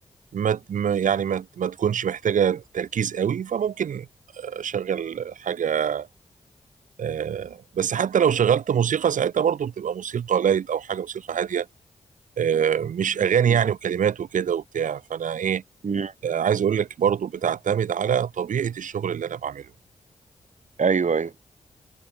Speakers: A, on the right; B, on the right.
A: ما ت- ما- يعني ما ت- ما تكونش محتاجة تركيز قوي فممكن اشغل حاجة آه، بس حتى لو شغلت موسيقى ساعتها برضو بتبقى موسيقى لايت او حاجة موسيقى هادية آه، مش اغاني
B: مم.
A: يعني وكلمات وكده وبتاع فانا ايه
B: مم.
A: آه، عايز اقول لك برضو بتعتمد على طبيعة الشغل اللي انا بعمله
B: ايوه ايوه